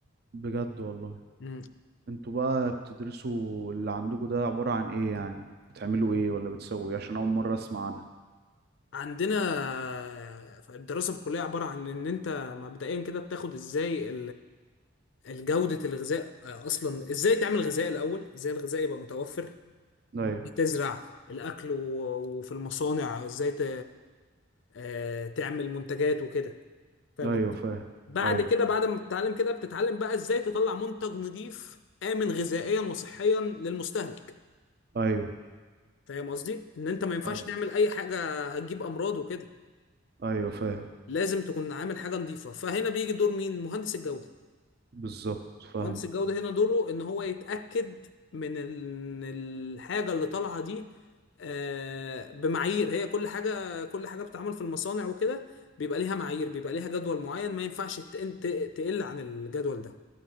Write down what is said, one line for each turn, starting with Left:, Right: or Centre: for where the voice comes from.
Right: بجد والله
Left: مم.
Right: انتوا بقى بتدرسوا اللي عندكم ده عبارة عن ايه يعني بتعملوا ايه ولا بتسووا ايه عشان اول مرة اسمع عنها
Left: عندنا آه، الدراسة في الكلية عبارة عن ان انت مبدئيا كده بتاخد ازاي جودة الغذاء آه، أصلا إزاي تعمل غذاء الأول إزاي الغذاء يبقى متوفر
Right: ايوه
Left: تزرع الأكل و- وفي المصانع إزاي ت... آه، تعمل منتجات وكده فاهم
Right: ايوه
Left: قصدي
Right: فاهم
Left: بعد
Right: ايوه
Left: كده بعد ما بتتعلم كده بتتعلم بقى إزاي تطلع منتج نظيف آمن غذائيا وصحيا للمستهلك
Right: ايوه
Left: فاهم قصدي إن أنت ما ينفعش
Right: ايوه
Left: تعمل أي حاجة هتجيب أمراض وكده
Right: ايوه فاهم
Left: لازم تكون عامل حاجة نظيفة فهنا بيجي دور مين مهندس الجودة
Right: بالظبط
Left: مهندس
Right: فاهم
Left: الجودة هنا دوره ان هو يتأكد من ال- إن الحاجة اللي طالعة دي آه، بمعايير هي كل حاجة كل حاجة بتتعمل في المصانع وكده بيبقى ليها معايير بيبقى ليها جدول معين ما ينفعش ت- ت- تقل عن الجدول ده